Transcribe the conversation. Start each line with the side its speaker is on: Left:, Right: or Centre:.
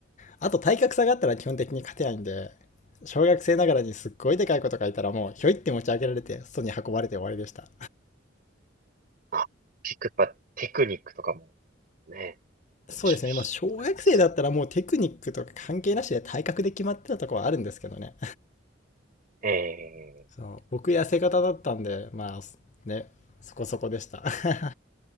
Left: あと体格差があったら基本的に勝てないんで、小学生ながらにすっごいでかいこと書いたらもうひょいって持ち上げられて外に運ばれて終わりでした。
Right: あ、結構やっぱテクニックとかもね、あるでしょうし、
Left: そうですね、まあ小学生だったらもうテクニックとか関係なしで体格で決まってたとこはあるんですけどね。
Right: 大変ですよね。
Left: <laughs> そう僕痩せ型だったんで、
Right: ええ
Left: まあね、そこそこでした。<laughs>